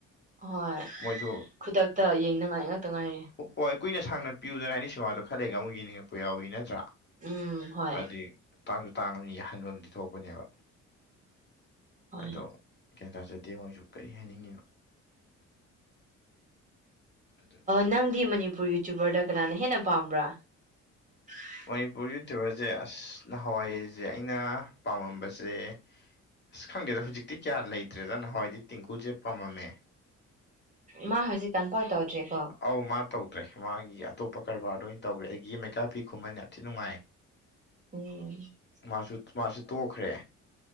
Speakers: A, on the right (about 25°); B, on the left (about 35°).
A: ꯍꯣꯏ
B: ꯃꯣꯏꯁꯨ
A: ꯈꯨꯗꯛꯇ ꯌꯦꯡꯅꯉꯥꯏ ꯉꯛꯇ ꯉꯥꯏꯔꯦ
B: ꯑꯣ ꯍꯣꯏ ꯀꯨꯏꯅ ꯁꯥꯡꯅ ꯄꯤꯌꯗꯅ ꯍꯥꯏꯗꯤ ꯁꯤꯃꯥꯗꯣ ꯈꯜꯂꯩꯒ ꯑꯃꯨꯛ ꯌꯦꯡꯅꯤꯡꯉꯛꯄ ꯌꯥꯎꯏ ꯅꯠꯇ꯭ꯔꯥ
A: ꯎꯝ ꯍꯣꯏ
B: ꯑꯗꯨꯗꯤ ꯇꯥꯡꯁꯨ ꯇꯥꯡꯉꯅꯤ ꯌꯥꯍꯟꯕ ꯑꯃꯗꯤ ꯊꯣꯛꯄꯅꯦꯕ
A: ꯍꯣꯏ
B: ꯑꯗꯣ ꯒ꯭ꯌꯥ ꯇꯥꯖꯗꯦ ꯃꯣꯏꯁꯨ ꯀꯔꯤ ꯍꯥꯏꯅꯤꯡꯉꯤꯅꯣ ꯑꯗꯨꯅ
A: ꯅꯪꯗꯤ ꯃꯅꯤꯄꯨꯔ ꯌꯨꯇ꯭ꯨꯕꯔꯗ ꯀꯅꯥꯅ ꯍꯦꯟꯅ ꯄꯥꯝꯕ꯭ꯔꯥ <unintelligible>
B: ꯃꯅꯤꯄꯨꯔ ꯌꯨꯇ꯭ꯌꯨꯕꯔꯁꯦ ꯑꯁ ꯅꯍꯥꯟꯋꯥꯏꯁꯦ ꯑꯩꯅ ꯄꯥꯝꯃꯝꯕꯁꯦ ꯑꯁ ꯈꯪꯗꯦꯗ ꯍꯧꯖꯤꯛꯇꯤ ꯀꯌꯥ ꯂꯩꯇ꯭ꯔꯦꯗ ꯅꯍꯥꯟꯋꯥꯏꯗꯤ ꯇꯦꯡꯀꯨꯁꯦ ꯄꯥꯝꯃꯦ
A: ꯃꯥ ꯍꯧꯖꯤꯛ ꯀꯟꯐꯥꯎ ꯇꯧꯗ꯭ꯔꯦꯀꯣ
B: ꯑꯧ ꯃꯥ ꯇꯧꯗ꯭ꯔꯦ ꯃꯥꯒꯤ ꯑꯇꯣꯞꯄ ꯀꯔꯕꯥꯔꯗ ꯑꯣꯏꯅ ꯇꯧꯈ꯭ꯔꯦ ꯑꯗꯒꯤ ꯃꯩꯀꯥ ꯐꯤ ꯈꯨꯨꯝꯍꯟ ꯌꯥꯝꯊꯤ ꯅꯨꯡꯉꯥꯏ
A: <unintelligible>
B: ꯃꯥꯁꯨ ꯃꯥꯁꯨ ꯇꯣꯛꯈ꯭ꯔꯦ꯫